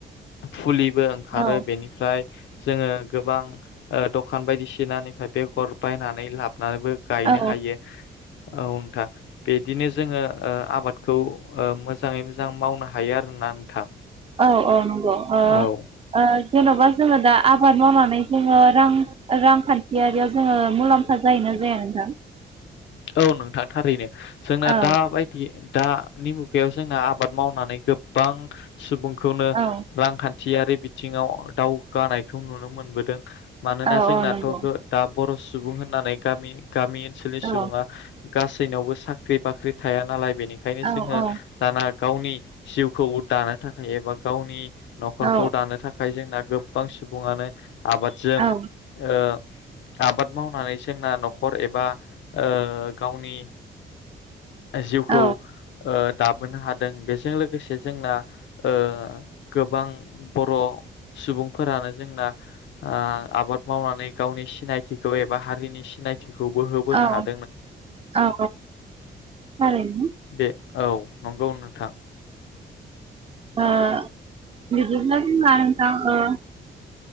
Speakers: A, on the left; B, on the right.
A: फुलि बो ओंखारो
B: औ
A: बेनिफ्राय जोङो गोबां ओ दखान बायदिसिनानिफाय बेगर बायनानै लाब नाबो गायनो
B: औ
A: हायो। औ नोंथां बिदिनो जोङो ओ आबादखौ ओ मोजाङै मोजां मावनो हायो आरोना नोंथां।
B: औ औ नं ओ
A: औ
B: ओ जेनबा जोङो दा आबाद मावनानै जोङो रां रांखान बियारियाव जोङो मुलामफा जायोना जा जाया नोंथां
A: औ नोंथां थारैनो। जोंना
B: औ
A: दाबायदि दानि मुगायाव जोंना आबाद मावनानै गोबां सुबुं खौनो
B: औ
A: रांखान्थ थियारि बिथिङाव दावगानायखौ नुनो मोनबोदों। मानोना
B: औ
A: जोंनाथ
B: औ नंगौ
A: गो-दाब बर' सुबुं होननानै गामि गामि ओनसोलनि सुबुंङा
B: औ
A: गासैनावबो साख्रि बाख्रि थाया नालाय बेनिखायनो
B: औ
A: जोंङो
B: औ
A: दाना गावनि जिउखौ दानो थाखाय एबा गावनि नखरखौ
B: औ
A: दानो थाखाय जोंना गोब बां सुबुंङानो आबादजों
B: औ
A: ओ आबाद मावनानै जोंना नखर एबा ओ गावनि जिउखौ
B: औ
A: ओ दाबोनो हादों बे जों लोगोसे जोंना ओ गोबां बर'सुबुंफोरानो जोंना ओ आबाद मावनानै गावनि सिनायथिखौ एबा हारिनि सिनाय खौबो होबोनो
B: औ
A: हाद
B: औ औ थारैनो
A: बे औ नंगौ नोथां।
B: आ बिदिब्ला जोनहान थां हो